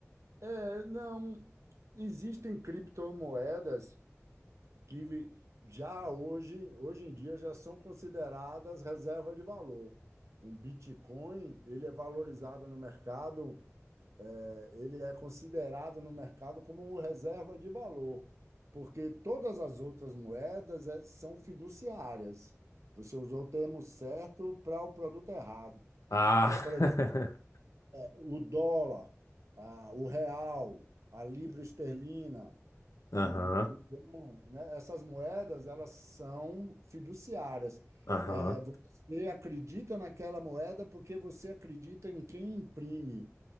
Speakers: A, on the right; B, on the left.
A: é, não. Existem criptomoedas que já hoje, hoje em dia já são consideradas reserva de valor. Um Bitcoin, ele é valorizado no mercado, eh, ele é considerado no mercado como reserva de valor, porque todas as outras moedas eh, são fiduciárias. Você usou o termo certo para o produto errado.
B: Ah,
A: É, é, por exemplo,
B: <laughs>
A: o dólar, ah, o real, a libra esterlina, o,
B: aham,
A: i- o, dom, né? Essas moedas, elas são fiduciárias.
B: aham.
A: É, você acredita naquela moeda porque você acredita em quem imprime,